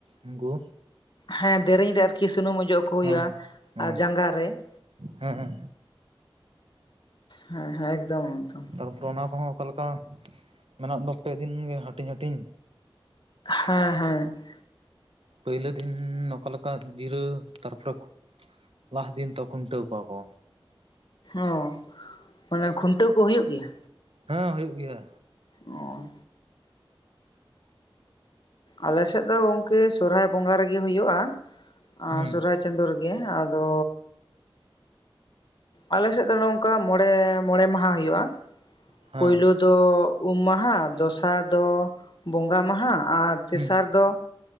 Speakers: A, on the right; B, on the left.
A: ᱩᱱᱠᱩ
B: ᱦᱮᱸ ᱫᱮᱨᱮᱧ ᱨᱮ ᱟᱨᱠᱤ ᱥᱩᱱᱩᱢ ᱚᱡᱚᱜ ᱟᱠᱚ ᱦᱩᱭᱩᱜ
A: ᱦᱮᱸ
B: ᱟ
A: ᱦᱮᱸ
B: ᱟᱨ ᱡᱟᱸᱜᱟ ᱨᱮ ᱾
A: ᱦᱮᱸ
B: ᱦᱮᱸ ᱦᱮᱸ ᱮᱠᱫᱚᱢ ᱮᱠᱫᱚᱢ᱾
A: ᱛᱟᱨᱯᱚᱨᱮ ᱚᱱᱟ ᱠᱚᱦᱚᱸ ᱚᱠᱟᱞᱮ ᱞᱮᱠᱟ ᱢᱮᱱᱟᱜ ᱫᱚ ᱯᱮ ᱫᱤᱱ ᱜᱮ ᱦᱟᱹᱴᱤᱧ ᱦᱟᱹᱴᱤᱧ᱾
B: ᱦᱮᱸ ᱦᱮᱸ ᱾
A: ᱯᱩᱭᱞᱟᱹ ᱫᱤᱱ ᱚᱠᱟ ᱞᱮᱠᱟ ᱜᱤᱨᱟᱹ ᱛᱟᱨᱯᱚᱨᱮ ᱞᱟᱦᱟ ᱫᱤᱱ ᱛᱚ ᱠᱷᱩᱱᱴᱟᱹᱣ ᱠᱚᱣᱟ ᱠᱚ᱾
B: ᱚ ᱢᱟᱱᱮ ᱠᱷᱩᱱᱴᱟᱹᱣ ᱠᱚ ᱦᱩᱭᱩᱜ ᱜᱮᱭᱟ᱾
A: ᱦᱮᱸ ᱦᱩᱭᱩᱜ ᱜᱮᱭᱟ᱾
B: ᱚ ᱟᱞᱮᱥᱮᱫ ᱫᱚ ᱜᱚᱝᱠᱮ ᱥᱚᱨᱦᱟᱭ ᱵᱚᱸᱜᱟ ᱨᱮᱜᱮ ᱦᱩᱭᱩᱜᱳᱼᱟ ᱟᱨ
A: ᱦᱩᱸ
B: ᱥᱚᱨᱟᱭ ᱪᱟᱸᱫ ᱨᱮᱜᱮ᱾ ᱟᱫᱚ ᱟᱞᱮᱥᱮᱫ ᱫᱚ ᱱᱚᱝᱠᱟ ᱢᱚᱲᱮ ᱢᱚᱲᱮ ᱢᱟᱦᱟ ᱦᱩᱭᱩᱜᱼᱟ
A: ᱦᱮᱸ
B: ᱯᱩᱭᱞᱳ ᱫᱚ ᱩᱢ ᱢᱟᱦᱟ, ᱫᱚᱥᱟᱨ ᱫᱚ ᱵᱚᱸᱜᱟ ᱢᱟᱦᱟ, ᱟᱨ ᱛᱮᱥᱟᱨ
A: ᱦᱩᱸ
B: ᱫᱚ